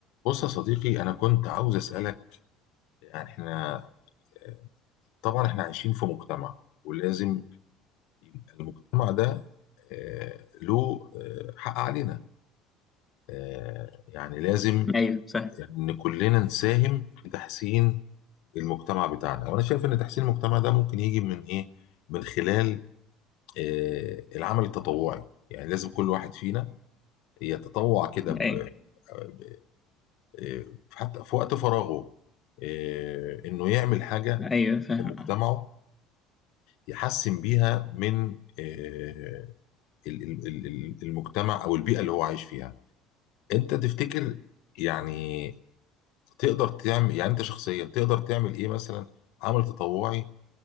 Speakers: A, on the left (about 65°); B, on the left (about 20°).
A: بص يا صديقي أنا كنت عاوز أسألك يعني إحنا آه، طبعا إحنا عايشين في مجتمع ولازم يبقى المجتمع ده آه، له آه، حق علينا آه، يعني لازم
B: ايوه فاهم
A: إن كلنا نساهم في تحسين المجتمع بتاعنا وأنا شايف إن تحسين المجتمع ده ممكن يجي من إيه؟ من خلال آه، العمل التطوعي يعني لازم كل واحد فينا يتطوع كده ب-
B: ايوه
A: ب- آه، حتى في وقت فراغه آه، إنه يعمل حاجة
B: ايوه فاهم
A: لمجتمعه يحسن بيها من آه، ال- ال- ال- ال- المجتمع او البيئه اللي هو عايش فيها انت تفتكر يعني تقدر تعمل يعني انت شخصيا تقدر تعمل ايه مثلا عمل تطوعي